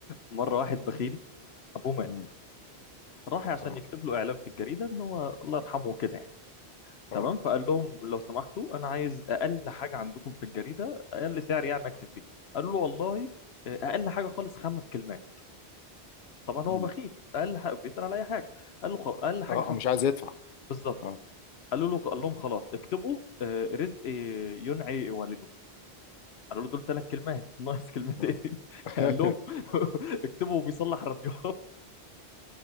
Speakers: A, on the left; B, on the left.
A: مره واحد بخيل ابوه مات
B: مم،
A: راح عشان
B: اه
A: يكتب له اعلان في الجريده ان هو الله يرحمه كده يعني
B: اه
A: تمام فقال لهم لو سمحتوا انا عايز اقل حاجه عندكم في الجريده اقل سعر يعني اكتب فيه قالوا له والله آه، اقل حاجه خالص خمس كلمات طبعا
B: مم،
A: هو بخيل اقل حاجه بيسال على اي حاجه قال له خلاص اقل حاجه
B: اه
A: خمس
B: آه، مش
A: كلمات
B: عايز يدفع
A: بالظبط
B: اه
A: قالوا له قال لهم خلاص اكتبوا آه، رزق آه، ينعي والده قالوا له دول ثلاث كلمات ناقص كلمتين
B: اه
A: <laughs>
B: <laughs>
A: قال لهم <laughs> اكتبوا بيصلح راديو